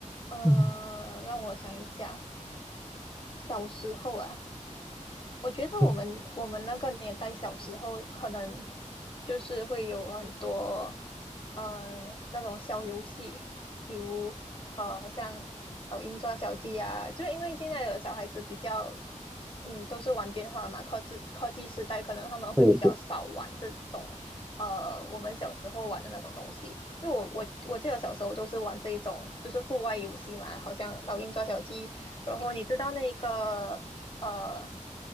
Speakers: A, on the left; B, in the centre.
A: 呃，
B: 嗯
A: 让我想一下，小时候啊，我觉得我们我们那个年代小时候可能
B: 嗯
A: 就是会有很多呃那种小游戏，比如呃好像老鹰抓小鸡啊，就是因为现在的小孩子比较嗯都是玩电话嘛，科技科技时代可能他们会比较少玩这种呃我们小时候玩的那种东西。
B: 是是。
A: 因为我我我记得小时候都是玩这一种就是户外游戏嘛，好像老鹰抓小鸡。然后你知道那个呃，